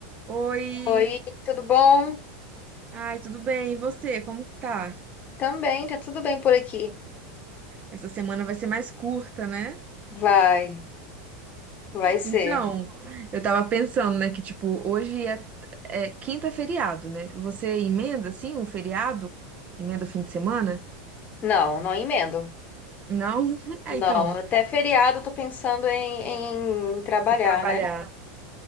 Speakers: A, on the right; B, on the left.
A: Oi,
B: Oi, tudo bom?
A: ai, tudo bem? E você, como tá?
B: Também, tá tudo bem por aqui.
A: Essa semana vai ser mais curta, né?
B: Vai, vai ser.
A: Então, eu tava pensando, né, que tipo, hoje é, é quinta é feriado, né? Você emenda assim um feriado? Emenda o fim de semana?
B: Não, não emendo.
A: Não? <laughs> É,
B: Não,
A: então,
B: até feriado eu tô pensando em, em trabalhar,
A: de trabalhar.
B: né?